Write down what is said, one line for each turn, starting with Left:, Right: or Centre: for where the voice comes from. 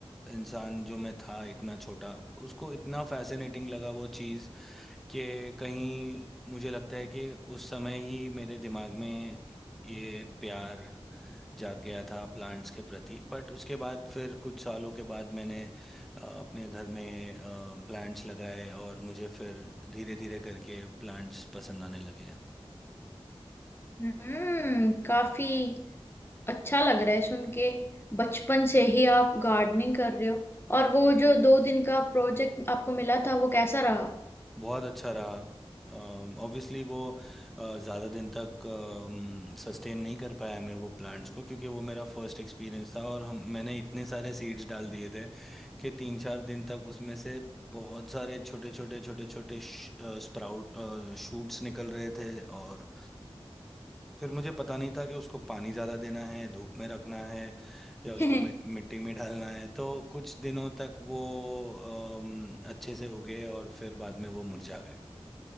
Centre: इंसान जो मैं था इतना छोटा उसको इतना फैसिनेटिंग लगा वो चीज़ कि कहीं मुझे लगता है कि उस समय ही मेरे दिमाग में ये प्यार जाग गया था प्लांट्स के प्रति बट उसके बाद फिर कुछ सालों के बाद मैंने अ, अपने घर में प्लांट्स लगाए और मुझे फिर धीरे धीरे करके प्लांट्स पसंद आने लगे
Left: हम्म काफी अच्छा लग रहा है सुन के बचपन से ही आप गार्डनिंग कर रहे हो और वो जो दो दिन का प्रोजेक्ट आपको मिला था वो कैसा रहा
Centre: बहुत अच्छा रहा ऑब्वियसली वो अ, ज़्यादा दिन तक सस्टेन नहीं कर पाया मैं वो प्लांट्स को क्योंकि वो मेरा फर्स्ट एक्सपीरियंस था और हम मैंने इतने सारे सीड्स डाल दिए थे कि तीन चार दिन तक उसमें से बहुत सारे छोटे छोटे छोटे छोटे स्प्राउट शूट्स निकल रहे थे और फिर मुझे पता नहीं था कि उसको पानी ज़्यादा देना है धूप में रखना है या उसको
Left: <laughs>
Centre: मि मिट्टी में डालना है तो कुछ दिनों तक वो अम, अच्छे से उगे और फिर बाद में वो मुरझा गए